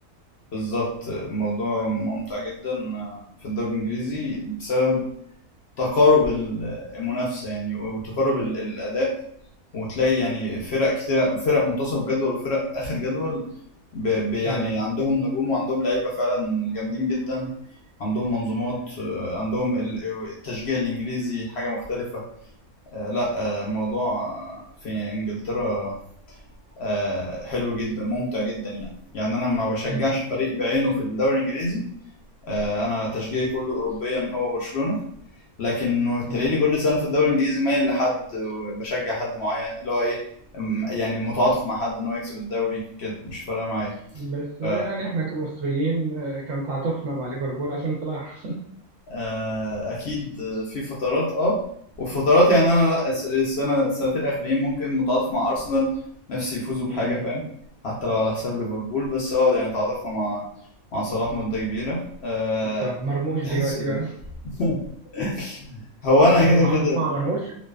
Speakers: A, on the left; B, on the right.
A: بالظبط الموضوع ممتع جدا في الدوري الانجليزي بسبب تقارب ال- المنافسه يعني وتقارب ال- الاداء وتلاقي يعني فرق كتير فرق منتصف جدول وفرق اخر جدول ب... ب... يعني
B: أيوه
A: عندهم نجوم وعندهم لعيبه فعلا جامدين جدا عندهم منظومات آه، عندهم ال- التشجيع الانجليزي حاجه مختلفه آه، لا آه، الموضوع آه، في انجلترا آه، حلو جدا ممتع جدا يعني يعني انا ما بشجعش
B: أيوه
A: فريق بعينه في الدوري الانجليزي آه، انا تشجيعي كله اوروبيا هو برشلونه لكن
B: مم.
A: تلاقيني كل سنه في الدوري الانجليزي مايل لحد وبشجع حد معين اللي هو ايه أم- يعني متعاطف مع حد ان هو يكسب الدوري كده مش فارقه معايا
B: بس يعني
A: ف
B: إحنا كمصريين آه، كان تعاطفنا مع ليفربول عشان صلاح
A: آه، اكيد في فترات اه وفترات يعني انا لا الس- السنه السنتين الاخرين ممكن متعاطف مع ارسنال نفسي يفوزوا بحاجه
B: مم.
A: فاهم حتى لو على حساب ليفربول بس اه يعني تعاطفنا مع مع صلاح مده كبيره أه
B: طب مرموش
A: تحس
B: دلوقتي
A: ب-
B: بقى
A: <laughs> هو انا
B: مش هتتعاطف
A: كده كده
B: مع مرموش؟